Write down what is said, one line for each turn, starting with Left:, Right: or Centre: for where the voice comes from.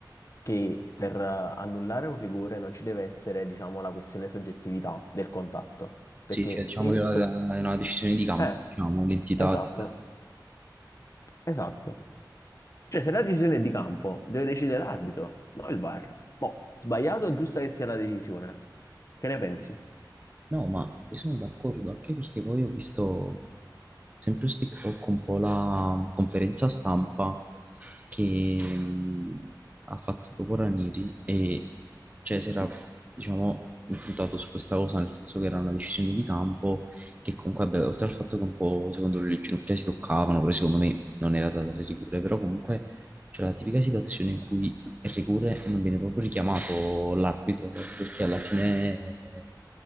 Left: che per eh, annullare un rigore non ci deve essere, diciamo, la questione soggettività del contatto,
Right: Sì,
Left: perché
Right: cioè, diciamo
Left: se il
Right: che è una
Left: so-
Right: è una decisione di campo,
Left: eh,
Right: diciamo, l'entità
Left: esatto,
Right: del...
Left: esatto. Cioè, se la decisione è di campo, deve decidere l'arbitro, non il VAR. Boh, sbagliato o giusta che sia la decisione? Che ne pensi?
Right: No, ma io sono d'accordo anche perché poi ho visto sempre su TikTok un po' la conferenza stampa che mh, ha fatto dopo Ranieri e cioè si era, diciamo, impuntato su questa cosa, nel senso che era una decisione di campo che comunque, vabbè, oltre al fatto che un po' secondo lui le ginocchia si toccavano, però secondo me non era da dare rigore, però comunque c'è la tipica situazione in cui il rigore non viene proprio richiamato l'arbitro, perché alla fine eh,